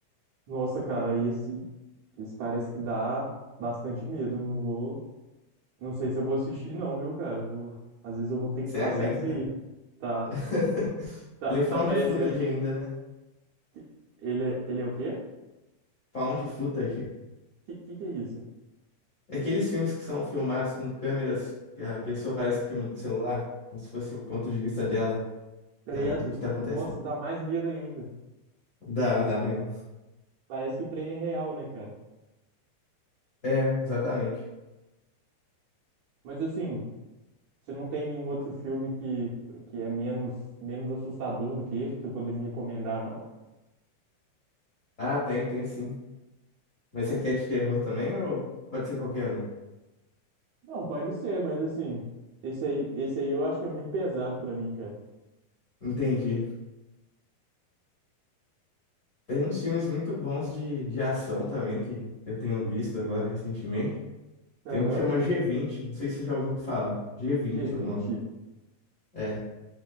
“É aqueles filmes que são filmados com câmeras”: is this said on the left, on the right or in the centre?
Left